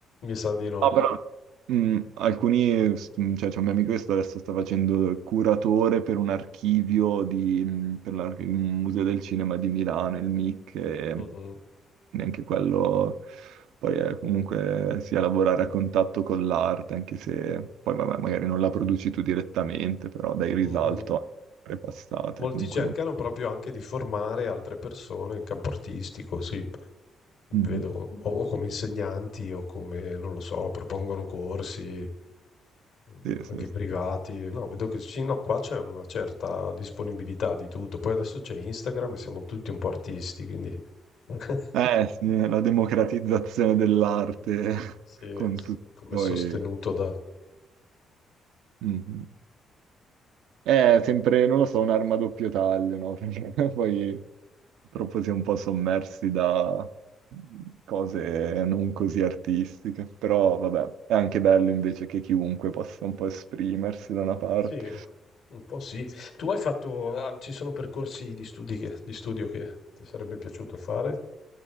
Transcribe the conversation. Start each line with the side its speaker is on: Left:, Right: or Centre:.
Left: Mi sa di no.
Right: No, però Mm, alcuni, s- mm, cioè c'è un mio amico che sta- adesso sta facendo il curatore per un archivio di, mm, per l'ar- il Museo del Cinema di Milano, il MIC, e
Left: Mh-mh.
Right: neanche quello, poi è comunque sia lavorare a contatto con l'arte, anche se poi vabbè, magari non la produci tu direttamente, però dai risalto
Left: Mh-mh.
Right: a opere passate,
Left: Molti
Right: comunque.
Left: cercano proprio anche di formare altre persone in campo artistico, sì. Vedo
Right: Mhm.
Left: o o come insegnanti o come, non lo so, propongono corsi mm,
Right: Sì, sì,
Left: anche
Right: sì.
Left: privati. No, vedo che sì, no, qua c'è una certa disponibilità di tutto. Poi adesso c'è Instagram e siamo tutti un po' artisti, quindi <laughs>
Right: Eh sì, la democratizzazione dell'arte
Left: sì,
Right: <laughs> con tutti i
Left: come
Right: suoi...
Left: sostenuto da...
Right: Mhm. È sempre, non lo so, un'arma a doppio taglio, no? <laughs> Perché poi purtroppo si è un po' sommersi da mhmm, cose non così artistiche, però vabbè, è anche bello invece che chiunque possa un po' esprimersi da una parte.
Left: Sì, un po' sì. Tu hai fatto... ah, ci sono percorsi di studi che- di studio che ti sarebbe piaciuto fare?